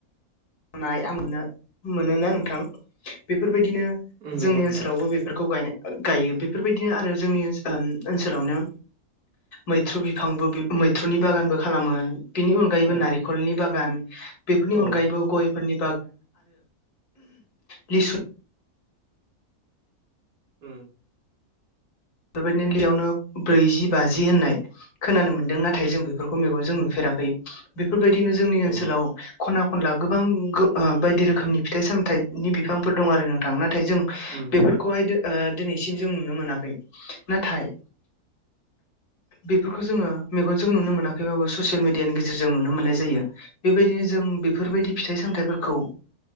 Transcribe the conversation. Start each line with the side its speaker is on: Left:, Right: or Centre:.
Left: नाय मोनोना नोंथां बेफोरबायदिनो
Right: उम नंगौ
Left: जोंनि
Right: नोंथां
Left: ओनसोलावबो बेफोरखौ गाय गायो बेफोरबायदिनो आरो जोंनि ओ। ओनसोलावनो मैथ्रु बिफांबो मैथ्रुनि बागानबो खालामो। बेनि अनगायैबो
Right: औ
Left: नारखलनि बागान बेफोरनि
Right: औ
Left: अनगायैबो। गनि ब।
Right: उ।
Left: बेफोरबायदिनोलियावनो ब्रैजि बाजि होननाय। खोनानो मोन्दों नाथाय जों बेफोरखौ मेगनजों नुफेराखै बेफोरबायदिनो जोंनि ओनसोलाव।
Right: औ
Left: खना खनला गोबां बायदि रोखोमनि फिथाइ सामथाइनि बिफांफोर दं आरो नोंथां नाथाय जों।
Right: उम।
Left: खौहाय दिनैसिम जों नुनो मोनाखै नाथाय।
Right: <inaudible>
Left: बेफोरखौ जोङो मेगनजों नुनो मोनाखैबाबो ससियेल मिडियानि गेजेरजों नुनो मोननाय जायो। बेबायदिनो जों बेफोरबायदि फिथाइ सामथाइफोरखौ।